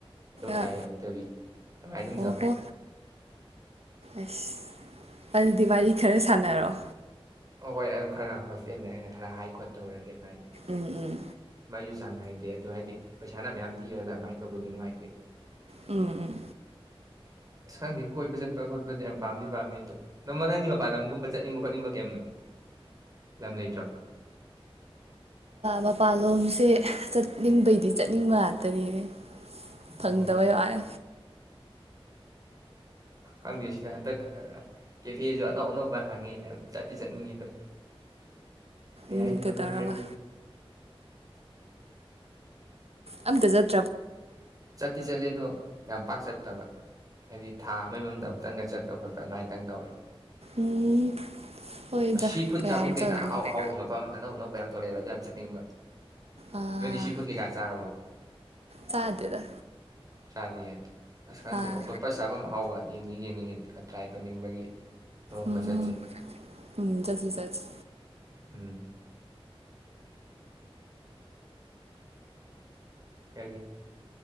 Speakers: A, on the right (about 35°); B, on the right (about 85°).
A: ꯑꯗꯨꯝ ꯎꯄꯥꯏ
B: ꯑꯥ
A: ꯂꯩꯍꯧꯗꯕꯤ ꯑꯗꯨꯃꯥꯏ ꯑꯗꯨꯝ
B: ꯑꯣ
A: ꯇꯧꯋ
B: ꯍꯣ ꯑꯁ ꯑꯗꯨꯗꯤ ꯋꯥꯔꯤ ꯈꯔ ꯁꯥꯟꯅꯔꯣꯑꯣ
A: ꯑꯣ ꯍꯣꯏ ꯑꯗꯨꯝ ꯈꯔ ꯍꯣꯁꯇꯦꯜꯗ ꯑꯩꯅ ꯈꯔ ꯍꯥꯏ ꯈꯣꯠꯠꯇꯧꯔꯒꯦ ꯑꯗꯨꯃꯥꯏꯅ
B: ꯎꯝ ꯎꯝ
A: ꯃꯌꯨ ꯁꯥꯡꯅꯗꯤꯦ ꯑꯗꯨꯣ ꯍꯥꯏꯗꯤ ꯁꯥꯟꯅ ꯃꯌꯥꯝ ꯊꯤꯔꯒ ꯀꯃꯥꯏꯅ ꯇꯧꯕꯗꯣꯅꯨꯡꯉꯥꯏ ꯞ
B: ꯑꯝ ꯑꯝ
A: ꯑꯁꯥꯡꯗꯤ ꯀꯣꯏꯕ ꯆꯠꯄ ꯈꯣꯠꯄꯗꯤ ꯌꯥꯝ ꯄꯥꯝꯗꯤ ꯄꯥꯝꯃꯤ ꯑꯗꯣ ꯅꯪ ꯅꯪꯗꯤ ꯃꯄꯥꯟ ꯂꯝꯒꯨꯝꯕ ꯆꯠꯅꯤꯡꯕ ꯈꯣꯠꯅꯤꯡꯕ ꯀꯩꯝ ꯂꯝ ꯂꯩꯇ꯭ꯔꯣ
B: ꯃꯄꯥꯟꯂꯣꯝꯁꯦ ꯆꯠꯅꯤꯡꯕꯩꯗꯤ ꯆꯠꯅꯤꯡꯕ ꯉꯥꯛꯇꯅꯤꯅꯦ
A: ꯑꯣ
B: ꯐꯪꯗꯕ ꯌꯥꯦ
A: ꯈꯪꯗꯦ ꯁꯤꯗ ꯍꯟꯗꯛ ꯀꯦꯐꯦꯁꯨ ꯑꯅꯧ ꯑꯅꯧꯕ ꯍꯥꯡꯉꯤ ꯌꯥꯝ ꯆꯠꯇꯤ ꯆꯠꯅꯤꯡꯉꯤ ꯑꯗꯨꯝ ꯑꯦ
B: ꯎꯝ
A: ꯍꯥꯏꯗꯁꯨꯣ
B: ꯀꯩꯗꯧꯔꯕ
A: ꯈꯪꯗ꯭ꯔꯦ
B: ꯑꯝꯗ ꯆ
A: ꯆꯠꯇꯤ ꯆꯠꯂꯦꯗꯣ ꯌꯥꯝ ꯄꯥꯛ ꯆꯠꯇꯕ ꯍꯥꯏꯗꯤ ꯊꯥ ꯑꯃꯒꯤ ꯃꯅꯨꯡꯗ ꯑꯃꯨꯛꯇꯪꯒ ꯆꯠꯄ ꯈꯣꯠꯄ ꯑꯗꯨꯃꯥꯏꯅ ꯈꯤꯪ ꯇꯧꯋꯤ
B: ꯎꯝ ꯍꯣꯏꯗ
A: ꯁꯤ ꯐꯨꯠ
B: ꯀꯌꯥꯝ
A: ꯆꯥꯐꯝ ꯀꯩꯀꯥ
B: ꯆꯠꯂꯨꯅꯤ
A: ꯑꯍꯥꯎ ꯑꯍꯥꯎꯕ ꯃꯐꯝ ꯑꯅꯧ ꯑꯅꯧꯕ ꯌꯥꯝ ꯊꯣꯂꯦꯕꯖꯟꯁꯦꯅꯤꯡꯕ
B: ꯑꯥ
A: ꯑꯗꯨꯗꯤ ꯁꯤ ꯄꯣꯠ ꯀꯩꯀꯥ ꯆꯥꯔꯕ꯫
B: ꯆꯥꯗꯦꯗ꯫
A: ꯆꯥꯗꯤꯌꯦ꯫ ꯑꯁ ꯈꯪꯗꯦ
B: ꯑꯥ
A: ꯑꯣꯛꯇꯣꯄꯁ ꯆꯥꯐꯝ ꯑꯥꯍꯥꯎꯕ ꯌꯦꯡꯗꯤ ꯌꯦꯡꯅꯤꯡꯉꯤ꯫ ꯇ꯭ꯔꯥꯏ ꯇꯧꯅꯤꯡꯕꯒꯤ꯫ ꯅꯣꯡꯃ
B: ꯎꯝ
A: ꯆꯠꯁꯦ꯫
B: ꯎꯝ ꯆꯠꯁꯤ ꯆꯠꯁꯤ
A: ꯎꯝ꯫ ꯀꯔꯤ